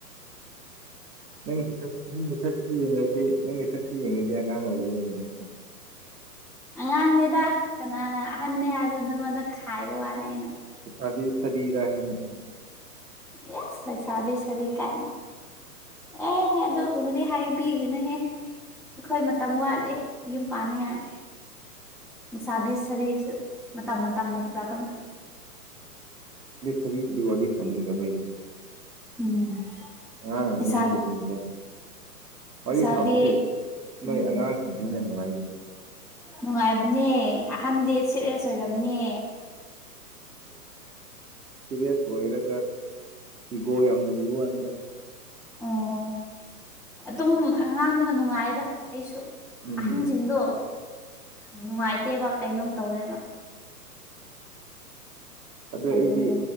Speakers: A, on the right; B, in the centre.
A: ꯅꯪꯒꯤꯛ ꯅꯪꯒꯤ ꯁꯛꯁꯤ ꯌꯦꯡꯉꯗꯤ ꯅꯪꯒꯤ ꯁꯛꯁꯤ ꯌꯦꯡꯉꯗꯤ ꯑꯉꯥꯡ ꯑꯣꯏ ꯌꯦꯡꯉꯤꯅꯤ
B: ꯑꯉꯥꯡꯅꯦꯗ ꯀꯅꯥꯅ ꯑꯍꯟꯅꯅꯦ ꯍꯥꯏꯕꯗꯨ ꯅꯪꯉꯣꯟꯗ ꯈꯥꯏꯕ ꯋꯥꯅꯦ ꯑꯩꯅ
A: ꯑꯕꯤ ꯁꯔꯤꯔꯥꯍꯦ ꯅ
B: ꯌꯦꯁ ꯂꯩꯁꯥꯕꯤ ꯁꯔꯤ ꯀꯥꯏꯅ ꯑꯦꯍꯦ ꯑꯗꯨꯒꯨꯝꯕꯗꯤ ꯍꯥꯏꯕꯤꯒꯅꯨꯍꯦ ꯑꯩꯈꯣꯏ ꯃꯇꯝ ꯋꯥꯠꯂꯦ ꯌꯨꯝ ꯄꯥꯅꯤꯡꯉꯥꯏ ꯅꯤꯁꯥꯒꯤ ꯁꯔꯤꯔꯁꯨ ꯃꯇꯝ ꯃꯇꯝꯅ ꯄꯨꯔꯛꯀꯅꯤ
A: ꯀꯔꯤꯕ ꯗꯤ ꯋꯥꯔꯤ ꯁꯥꯅꯤꯡꯗꯕꯩꯁꯦ
B: ꯎꯝ
A: ꯑ ꯉꯈꯤꯅꯤꯗ
B: ꯂꯩꯁꯥ
A: ꯋꯥꯔꯤ
B: ꯂꯩꯁꯥꯕꯤ
A: ꯁꯥꯕꯁꯦ ꯅꯣꯏ
B: ꯎꯝ
A: ꯑꯉꯥꯡꯁꯤꯡꯗ ꯍꯦꯟꯅ ꯅꯨꯡꯉꯥꯏꯅꯤ
B: ꯅꯨꯡꯉꯥꯏꯕꯅꯦ ꯑꯍꯟꯗꯤ ꯁꯤꯠ ꯔꯦꯁ ꯑꯣꯏꯔꯝꯅꯦ
A: ꯁꯤꯔꯦꯁ ꯑꯣꯏꯔ ꯏꯤꯒꯣ ꯌꯥꯝ ꯂꯩꯕ ꯋꯥꯅꯤꯗ
B: ꯑꯣ ꯑꯗꯨꯝ ꯑꯉꯥꯡꯗꯅ ꯅꯨꯡꯉꯥꯏꯗ ꯑꯩꯁꯨ
A: ꯎꯝ
B: ꯑꯍꯟꯁꯤꯡꯗꯣ ꯅꯨꯡꯉꯥꯏꯇꯦꯕ ꯀꯩꯅꯣꯝ ꯇꯧꯋꯦꯕ
A: ꯑꯗꯨ
B: ꯑꯗꯨꯅꯦ
A: ꯑꯩꯗꯤ